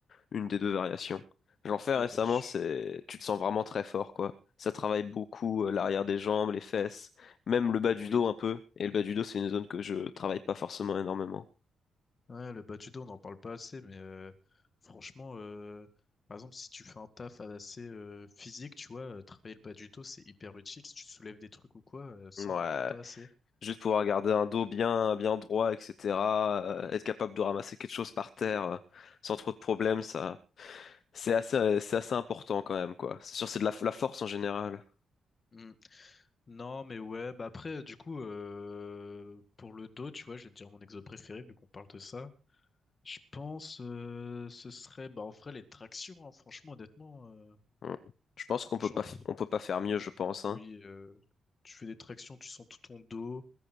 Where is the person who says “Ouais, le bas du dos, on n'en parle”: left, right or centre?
Left